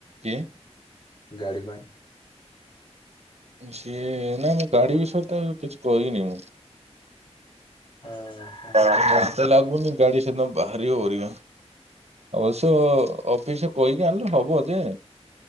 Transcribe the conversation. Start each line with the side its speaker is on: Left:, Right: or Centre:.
Right: କିଏ?
Left: ଗାଡ଼ି ପାଇଁ
Right: ସିଏ ନାଇଁ ମୁଁ ଗାଡି ବିଷୟରେ ତ କିଛି କହିନି ମୁଁ।
Left: ଆଁ ହା
Right: ଆଁ ହା ତ ଲାଗୁନି ଗାଡି ସେଦିନ ବାହାରିିବ ପରିକା? ଅବଶ୍ୟ ଅଫିସଏ କହିକି ଆଣିଲେ ହବ ଯେ।